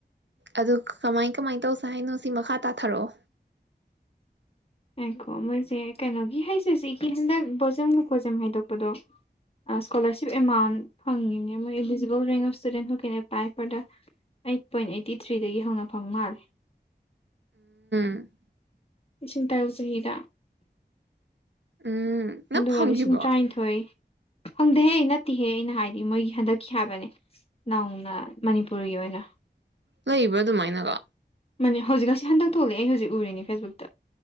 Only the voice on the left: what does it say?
ꯉꯥꯏꯈꯣ ꯃꯣꯏꯁꯦ ꯀꯩꯅꯣꯒꯤ ꯍꯩꯁ ꯑꯦꯁ ꯁꯤꯒꯤ ꯍꯟꯗꯛ ꯕꯣꯖꯝꯒ ꯀꯣꯁꯦꯝꯒ ꯍꯥꯏꯗꯣꯛꯄꯗꯣ ꯑ ꯏꯁꯀꯣꯂꯔꯁꯤꯞ ꯑꯦꯃꯥꯎꯟ ꯐꯪꯏꯅꯦ ꯃꯣꯏ eligible range of student <unintelligible> eight point eighty ꯊꯔ꯭ꯤꯗꯒꯤ ꯍꯧꯅ ꯐꯪꯃꯥꯜꯂꯦ
ꯏꯁꯤꯡ ꯇꯔꯨꯕ ꯆꯍꯤꯗ
ꯑꯗꯨꯒ
ꯂꯤꯁꯤꯡ ꯇꯔ꯭ꯥꯏꯟꯊꯣꯏ ꯐꯪꯗꯦꯍꯦ ꯅꯠꯇꯦꯍꯦ ꯑꯩꯅ ꯍꯥꯏꯗꯤ ꯃꯣꯏꯒꯤ ꯍꯟꯗꯛꯀꯤ ꯍꯥꯏꯕꯅꯦ ꯅꯧꯅ ꯃꯅꯤꯄꯨꯔꯒꯤ ꯑꯣꯏꯅ
ꯃꯅꯦ ꯍꯧꯖꯤꯛ ꯉꯁꯤ ꯍꯟꯗꯛ ꯊꯣꯛꯂꯛꯑꯦ ꯑꯩ ꯍꯧꯖꯤꯛ ꯎꯔꯤꯅꯦ ꯐꯦꯁꯕꯨꯛꯇ